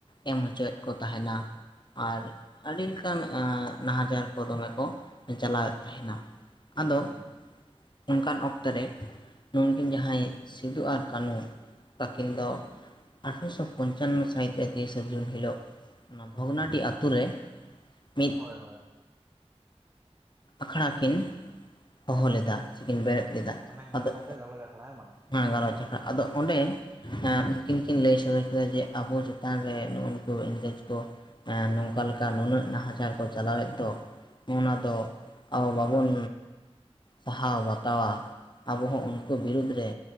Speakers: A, on the left; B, on the right.
A: ᱮᱢ ᱦᱚᱪᱚᱭᱮᱫ ᱠᱚ ᱛᱟᱦᱮᱸᱱᱟ᱾ ᱟᱨ ᱟᱹᱰᱤ ᱞᱮᱠᱟᱱ ᱱᱟᱦᱟᱪᱟᱨ ᱠᱚ ᱫᱚᱢᱮ ᱠᱚ ᱪᱟᱞᱟᱣᱮᱫ ᱛᱟᱦᱮᱸᱱᱟ᱾ ᱟᱫᱚ
B: ᱦᱩᱸ
A: ᱚᱱᱠᱟᱱ ᱚᱠᱛᱚ ᱨᱮ, ᱱᱩᱝᱠᱤᱱ ᱡᱟᱦᱟᱸᱭ ᱥᱤᱫᱩ ᱟᱨ ᱠᱟᱹᱱᱩ, ᱛᱟᱹᱠᱤᱱ ᱫᱚ ᱟᱴᱷᱨᱚᱥᱚ ᱯᱚᱧᱪᱟᱱᱱᱚ ᱥᱟᱹᱦᱤᱛ ᱨᱮ ᱛᱤᱨᱤᱥᱟ ᱡᱩᱱ ᱦᱤᱞᱳᱜ ᱚᱱᱟ ᱵᱷᱚᱜᱽᱱᱟᱰᱤ ᱟᱛᱩ ᱨᱮ ᱢᱤᱫ
B: ᱦᱳᱭ ᱦᱳᱭ᱾
A: ᱟᱠᱷᱲᱟ ᱠᱤᱱ ᱦᱚᱦᱚ ᱞᱮᱫᱟ ᱥᱮᱠᱤᱱ ᱵᱮᱨᱮᱫ ᱞᱮᱫᱟ
B: ᱚᱱᱮ ᱢᱟᱱᱮ
A: ᱟᱫᱚ
B: ᱱᱚᱰᱮᱮ ᱜᱟᱞᱚᱪ ᱟᱠᱷᱲᱟ ᱦᱮᱸᱵᱟᱝ?
A: ᱦᱮᱸ ᱜᱟᱞᱚᱪ ᱟᱠᱷᱲᱟ ᱟᱫᱚ ᱚᱸᱰᱮ ᱦᱮᱸ ᱩᱱᱠᱤᱱ ᱠᱤᱱ ᱞᱟᱹᱭ ᱥᱚᱫᱚᱨ ᱡᱮ ᱟᱵᱚ ᱪᱮᱛᱟᱱ ᱨᱮ ᱱᱩᱜᱼᱩ ᱱᱩᱠᱩ ᱤᱝᱨᱮᱡᱽ ᱠᱚ ᱮᱸ ᱱᱚᱝᱠᱟ ᱞᱮᱠᱟ ᱱᱩᱱᱟᱹᱜ ᱱᱟᱦᱟᱪᱟᱨ ᱠᱚ ᱪᱟᱞᱟᱣᱮᱫ ᱫᱚ ᱱᱚᱜᱼᱱᱟ
B: ᱦᱩᱸ
A: ᱫᱚ ᱟᱵᱚ ᱵᱟᱵᱚᱱ ᱥᱟᱦᱟᱣ ᱵᱟᱛᱟᱣᱟ ᱟᱵᱚ ᱦᱚᱸ ᱩᱱᱠᱩ ᱵᱤᱨᱩᱫᱽ ᱨᱮ